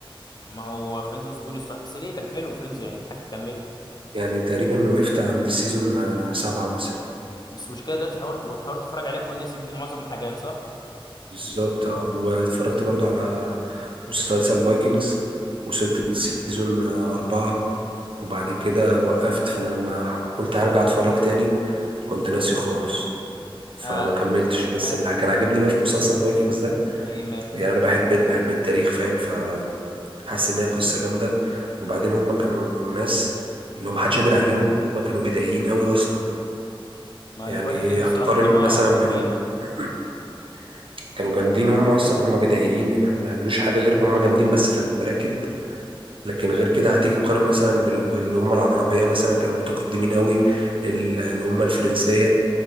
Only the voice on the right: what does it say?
يعني تقريبا وقفت عند السيزون آه، سبعة مثلا
بالظبط آه. واتفرجت برضو على مسلسل فايكنجز وصلت للسيزون آه، أربعة وبعد كده وقفت فأنا لما قلت هرجع أتفرج تاني كنت ناسي خالص فما
كملتش بس
اللي كان عاجبني بقى في مسلسل فايكنجز ده
يعني أنا بحب بحب التاريخ فاهم ف حاسس ان هي قصه جامده وبعدين هم كانوا ناس اللي هو محدش قادر عليهم هم كانوا بدائيين قوي اصلا
يعني
هتقارن
مثلا
بال
<clears throat> كانوا جامدين هم اصلا هم بدائيين ما ما يعملوش حاجه غير هم جامدين بس في المراكب لكن غير كده هتيجي تقارن مثلا بالامه العربيه مثلا كانوا متقدمين قوي ال- الامه الفرنسيه